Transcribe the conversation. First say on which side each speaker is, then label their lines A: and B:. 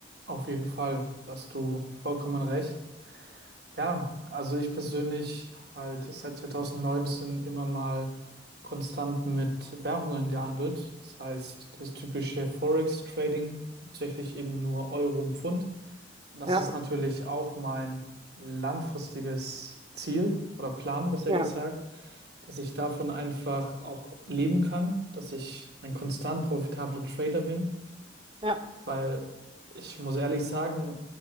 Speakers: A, on the right (about 60°); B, on the right (about 25°).
A: Auf jeden Fall, da hast du vollkommen recht. Ja, also ich persönlich habe halt seit 2019 immer mal konstant mit Währungen gehandelt. Das heißt, das typische Forex-Trading, hauptsächlich eben nur Euro und Pfund. Und das
B: Ja,
A: ist natürlich auch mein langfristiges Ziel oder Plan, besser
B: ja,
A: gesagt dass ich davon einfach auch leben kann, dass ich ein konstant profitabler Trader bin,
B: ja,
A: weil ich muss ehrlich sagen,